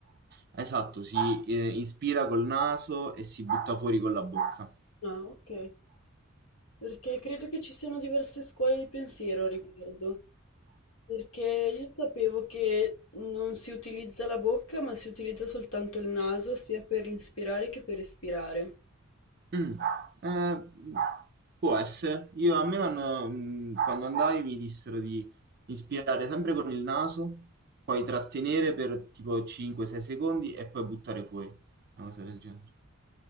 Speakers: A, on the right; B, on the left.
A: Esatto, si eh, ispira col naso e si butta fuori con la bocca.
B: Ah, ok, perché credo che ci siano diverse scuole di pensiero a riguardo. Perché io sapevo che non si utilizza la bocca, ma si utilizza soltanto il naso, sia per inspirare che per espirare.
A: Mm, eh, può essere. Io a me vanno- mm, quando andai mi dissero di inspirare sempre con il naso, poi trattenere per tipo 5-6 secondi e poi buttare fuori, una cosa del genere.